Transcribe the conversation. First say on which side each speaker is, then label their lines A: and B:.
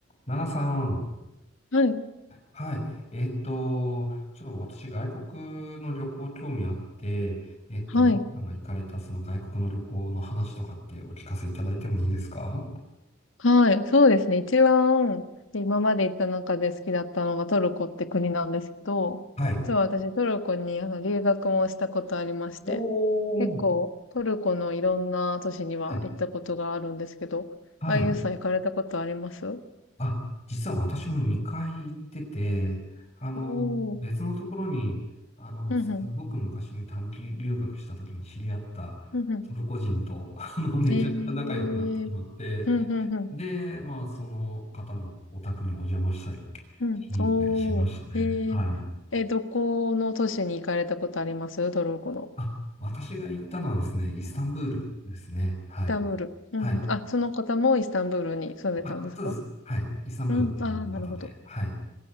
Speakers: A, on the left; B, on the left.
A: ナナさん。
B: はい、
A: はい。えっと、ちょっと私、外国の旅行興味あって、えっと、
B: はい、
A: ナナさんが行かれたその外国の旅行の話とかってお聞かせいただいてもいいですか
B: はい、そうですね。一番今まで行った中で好きだったのがトルコって国なんですけど、
A: はい。
B: 実は私トルコにあの留学もしたことありまして、
A: おー。
B: 結構トルコのいろんな都市には行ったことがあるんですけど、
A: はい。はい。
B: あゆうさん行かれたことあります
A: あ、実は私も2回行ってて、あの、
B: おー、
A: 別のところに、あの、
B: うんうん、
A: すごく昔に短期留学した時に知り合ったトルコ人と、
B: うんう
A: <laughs> あの、めちゃくちゃ仲良くなってしまって、
B: ん。えー、うんうんうん、
A: で、まあ、その方のお宅にお邪魔したり、
B: うん、
A: しに行ったりしましたね。
B: おー、えー、
A: はい。
B: え、どこの都市に行かれたことありますトルコの。
A: あ、私が行ったのはですね、イスタンブールですね。はい。
B: イスタンブール。うんうん。
A: はい。
B: あ、その方もイスタンブールに住んでたんですか
A: あ、そうです。はい。イスタンブール在住の方で。
B: うん。ああ、なるほど。
A: はい。